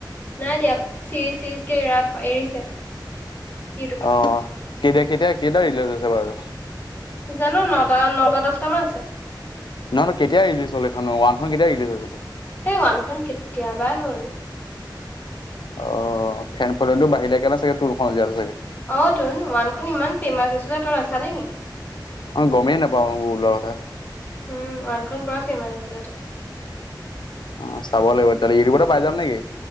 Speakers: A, on the left; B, on the left.
A: নাই দিয়া চিৰিজ-চিৰিজ কে ইৰাত এৰিছে। ইউটিউবত
B: অ' কেতিয়- কেতিয়া কেইটা ৰিলিজ হৈছে বাৰু?
A: জানো নটা-নটা দছটা মান আছে।
B: নহয় কেতিয়া ৰিলিজ হ'ল এখন ওৱানখন কেতিয়া ৰিলিজ হৈছিলে?
A: এই ওৱানখন কেতিয়াবাই হ'ল।
B: অ' ফেনফলোয়িং বাঢ়িলে কাৰণে চাগে টু খন উলিয়ালে চাগে।
A: অ' তোন ওৱানখন ইমান ফেমাচ হৈছিলে তই নাছালি নি?
B: অ' গমেই নাপাওঁ এইবোৰ ওলোৱাৰ কথা।
A: উম ওৱানখন পুৰা ফেমাচ হৈছিলেটো।
B: উম চাব লাগিব তেতিয়াহ'লে ইউটিউবতে পাই যাম নেকি?